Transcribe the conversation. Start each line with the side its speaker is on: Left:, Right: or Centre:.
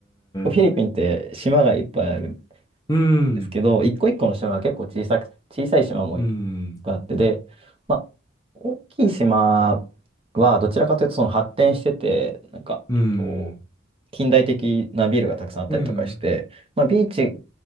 Right: 結構フィリピンって島がいっぱいあるん
Left: ん。うん。
Right: ですけど、一個一個の島が結構小さく、小さい島もいっ
Left: うん。
Right: ぱいあってで、まあ、大きい島はどちらかというとその発展してて、なんか、
Left: うん。
Right: えっと、近代的なビルがたくさんあったりとかして、
Left: うん。
Right: まあ、ビーチ